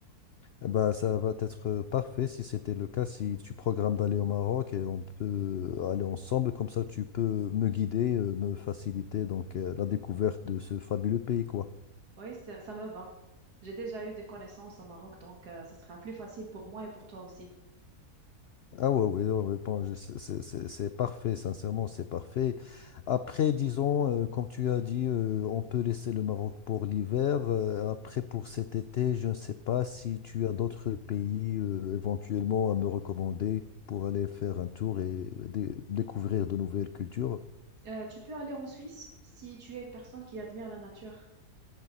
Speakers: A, on the left (about 75°); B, on the right (about 90°).
A: Bah, ça va être euh, parfait si c'était le cas, si tu programmes d'aller au Maroc et on peut aller ensemble, comme ça tu peux me guider, euh, me faciliter donc euh, la découverte de ce fabuleux pays, quoi.
B: Oui, ça, ça me va. J'ai déjà eu des connaissances au Maroc, donc euh, ça sera plus facile pour moi et pour toi aussi.
A: Ah ouais, oui, ouais, ouais, bon, je- c'est c'est- c'est- c'est parfait, sincèrement, c'est parfait. Après, disons, euh, comme tu as dit, euh, on peut laisser le Maroc pour l'hiver. Euh, après, pour cet été, je ne sais pas si tu as d'autres pays euh, éventuellement à me recommander pour aller faire un tour et dé- découvrir de nouvelles cultures.
B: Euh, tu peux aller en Suisse si tu es une personne qui admire la nature